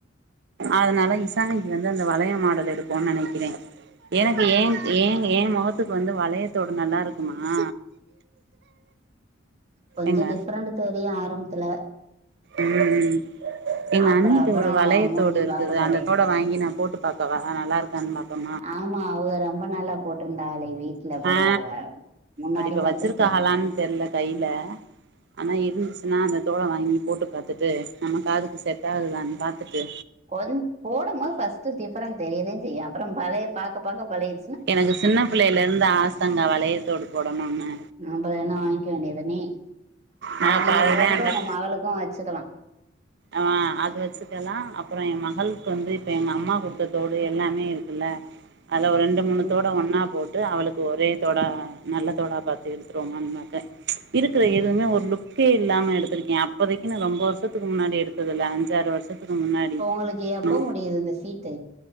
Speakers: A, on the right; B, on the right.
A: அதனால இசானிக்கு வந்து ப இந்த வளைய மாடல் எடுப்போனு நனைக்கிற எனக்கு ஏ ஏன் ஏ மொகத்துக்கு வந்து வளையத்தோடு நல்லா இருக்குமா <inaudible>
B: கொஞ்ச
A: ஏங்க
B: டிஃப்ரெண்ட் தெரியு ஆரம்பத்துல
A: ம் ம் எங்க
B: அப்புற
A: அண்ணிட்ட
B: அப்புற
A: ஒரு வளையத்தோடு
B: மூஞ்சி
A: இருக்குது
B: பாக்க பழகி
A: அந்த தோட வாங்கி நா போட்டு பாக் கவா நல்லா இருக்கான்னு பாப்பமா
B: ஆமா அவக ரொம்ப நாளா போட்டிருந்தாளே வீட்ல போடுவாக
A: ஆ
B: முன்னாடி
A: பட் இப்ப
B: பத்துருக்கே
A: வச்சிருக்காகலான்னு தெர்ல கைல அனா இருந்துச்சுனா அந்த தோட வாங்கி போட்டு பாத்துட்டு நம்ம காதுக்கு செட்டாகுதுதான்னு பாத்துட்டு
B: கொன் போடம் போது ஃபஸ்ட்டு டிஃப்ரெண்ட் தெரியதா செய்யு அப்பறோ பழைய பாக்க பாக்க பழகி
A: எனக்கு சின்ன பிள்ளைலருந்து ஆசங்க வளையதோடு போடனுன்னு
B: அப்பறோ என்ன வாங்க்கிய வேண்டியதானே
A: நா
B: அத
A: அப்ப
B: நீங்க
A: அதுதா
B: போட்டுட்டு
A: அந்த
B: உங்க மகளுக்கு வச்சுக்கலா
A: ஆ அது வச்சுக்கலா அப்புற எ மகளுக்கு வந்து இப்ப எங்க அம்மா கொடுத்த தோடு எல்லாமே இருக்குல்ல அதுல ஒரு ரெண்டு மூணுத்தோட
B: ம்
A: ஒன்னா போ ட்டு அவளுக்கு ஒரே தோடா நல்ல தோடா பாத்து எடுத்துருவோமான் பாத்த இருக்கற <unintelligible> ஒரு லுக்கே இல்லாம எடுத்திருக்கே அப்போதைக்கு நா ரொம்ப வருஷத்துக்கு முன்னாடி எடுத்ததுல அஞ்சாறு வருஷ <inaudible> முன்னாடி
B: இப்ப உங்களுக்கு எப்ப
A: ஏன்னா
B: முடியிது இந்த சீட்டு